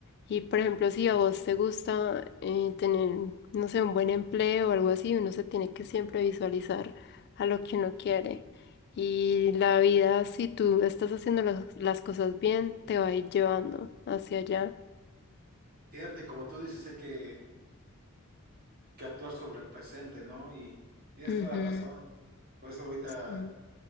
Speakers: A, on the left (about 50°); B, on the right (about 45°).
A: Y por ejemplo, si a vos te gusta eh, tener, no sé, un buen empleo o algo así, uno se tiene que siempre visualizar a lo que uno quiere. Y la vida, si tú estás haciendo las, las cosas bien, te va a ir llevando hacia allá.
B: Cierto, y como tú dices, hay que que actuar sobre el presente, ¿no? Y tienes
A: Ujú.
B: toda razón. Por eso ahorita,
A: Mm.